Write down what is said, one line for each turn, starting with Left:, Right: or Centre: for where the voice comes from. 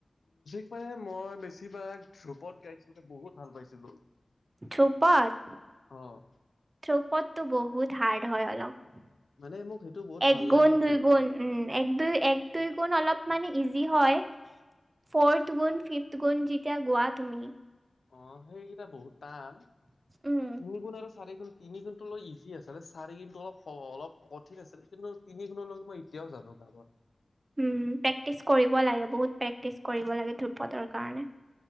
Left: এই মই বেছিভাগ ধ্ৰোপদ গাইছোতে বহুত ভাল পাইছিলো।
Right: ধ্ৰুপদ,
Left: অ',
Right: ধ্ৰুপদটো বহুত হাৰ্ড হয় অলপ।
Left: মানে মোক সেইটো বহুত
Right: একগুণ,
Left: ভাল লাগিছিল।
Right: দুই গুণ, উম এক দুই, এক দুই গুণ অলপ মানে ইজি হয়, ফৰ্থ গুণ, ফিফট গুণ যেতিয়া গোৱা তুমি।
Left: অ সেইকেইটা বহুত টান,
Right: উম
Left: তিনি গুণ আৰু চাৰি গুণ তিনি গুনটো অলপ ইজি আছিলে, চাৰি কিন্তু অলপ অলপ কঠিন আছিলে কিন্তু তিনি গুণলৈকে মই এতিয়াও জানো। যাবত
Right: উম, প্ৰেক্টিচ কৰিব লাগে বহুত প্ৰেক্টিচ কৰিব লাগে। ধ্ৰুপদৰ কাৰণে।